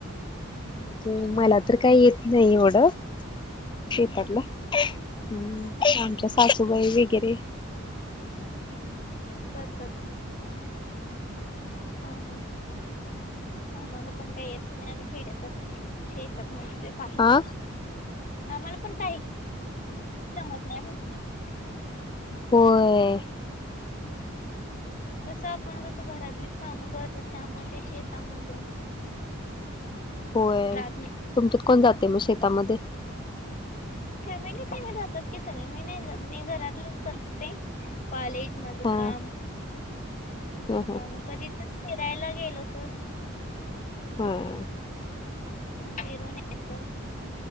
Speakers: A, on the left; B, on the left.
A: म्हणजे मला तर काही येत नाही एवढं. शेतातला
B: ह ह
A: हूं
B: हा हा
A: आमच्या सासूबाई वगैरे.
B: करतात. हं हं! आमाला पण काही येत नाही, आमी खेड्यात असून शेतात मधलं. काहीच,
A: हा
B: आम्हाला पण काही जमत नाही म्हटलं.
A: होय!
B: कसं आपण कसं घरातलीच काम करत त्यामुळे ते शेतामध्ये
A: होय
B: जात नाही
A: तुमच्यात कोण जातय म शेतामध्ये.
B: फॅमिलीत जातात की सगळे मी नाही जात मी घरातलंच करते. कॉलेज माझं
A: हा
B: काम
A: ह ह
B: तर मग कधीतर फिरायला गेलो तर
A: हम्.
B: फिरून यायचं.